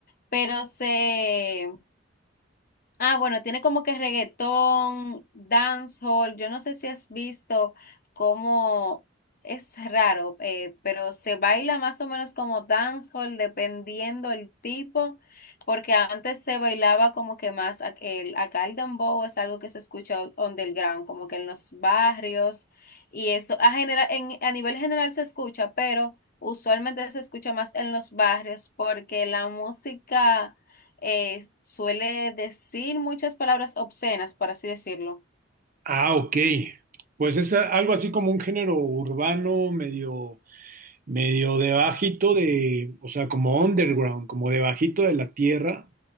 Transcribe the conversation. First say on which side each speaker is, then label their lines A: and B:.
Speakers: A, on the left; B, on the right.
A: pero se Ah, bueno, tiene como que reggaetón, dancehall. Yo no sé si has visto cómo es raro, eh, pero se baila más o menos como dancehall dependiendo el tipo, porque antes se bailaba como que más ac- el acá el dembow es algo que se escucha on- underground, como que en los barrios y eso a general en, a nivel general se escucha, pero usualmente se escucha más en los barrios porque la música eh, suele decir muchas palabras obscenas, por así decirlo.
B: Ah, ok. Pues es a- algo así como un género urbano, medio, medio de bajito de, o sea, como underground, como de bajito de la tierra.